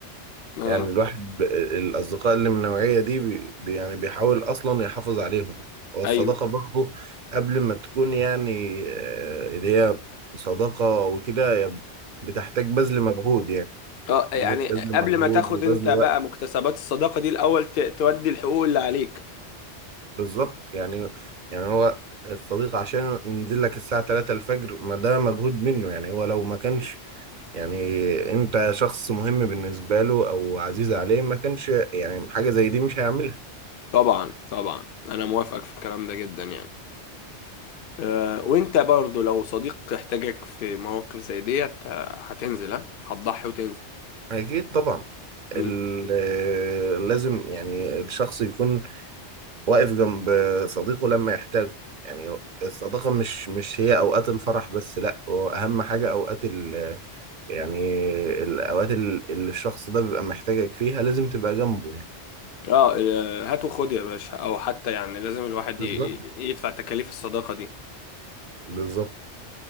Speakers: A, on the left; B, on the right.
A: اه
B: يعني الواحد ب- الأصدقاء اللي من النوعية دي بي بي- يعني بيحاول أصلا يحافظ عليهم هو الصداقة
A: ايوه
B: برضه قبل ما تكون يعني آه، اللي هي صداقة وكده هي بتحتاج بذل مجهود يعني بتحتاج
A: اه يعني
B: بذل
A: قبل
B: مجهود
A: ما تاخد
B: وبذل
A: انت بقى
B: وقت
A: مكتسبات الصداقة دي الاول ت- تودي الحقوق اللي عليك
B: بالظبط يعني يعني هو الصديق عشان ينزل لك الساعة 3 الفجر ما ده مجهود منه يعني هو لو ما كانش يعني انت شخص مهم بالنسبة له او عزيز عليه ما كانش يعني حاجة زي دي مش هيعملها
A: طبعا طبعا انا موافقك في الكلام ده جدا يعني آه، وانت برضو لو صديق احتاجك في مواقف زي ديت آه، هتنزل ها هتضحي وتنزل
B: أكيد طبعا
A: مم.
B: ال- آه، لازم يعني الشخص يكون واقف جنب صديقه لما يحتاجه يعني الصداقة مش مش هي أوقات الفرح بس لأ هو أهم حاجة أوقات ال يعني الأوقات ال- اللي الشخص ده بيبقى محتاجك فيها لازم تبقى جنبه يعني
A: اه آه، هات وخد يا باشا او حتى يعني لازم الواحد
B: بالظبط
A: ي- يدفع تكاليف الصداقة دي
B: بالظبط